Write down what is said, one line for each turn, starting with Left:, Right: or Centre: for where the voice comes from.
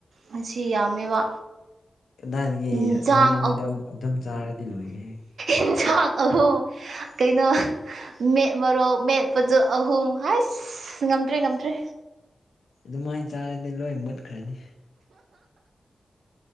Right: ꯃꯁꯤ ꯌꯥꯝꯃꯦꯕ
Left: ꯑꯗꯨꯗꯥꯏꯗꯒꯤ
Right: ꯏꯟꯁꯥꯡ
Left: ꯅꯨꯃꯤꯠ ꯑꯃꯗꯨ ꯑꯗꯨꯝ ꯆꯥꯔꯗꯤ ꯂꯣꯏꯔꯦꯍꯦ
Right: ꯑꯦꯟꯁꯥꯡ ꯑꯍꯨꯝ ꯀꯩꯅꯣ ꯃꯦꯠꯃꯣꯛ ꯃꯦꯠꯄꯗꯨ ꯑꯍꯨꯝ ꯍꯥꯏꯁ ꯉꯝꯗ꯭ꯔꯦ ꯉꯝꯗ꯭ꯔꯦ
Left: ꯑꯗꯨꯃꯥꯏꯅ ꯆꯥꯔꯗꯤ ꯂꯣꯏ ꯃꯨꯠꯈ꯭ꯔꯅꯤ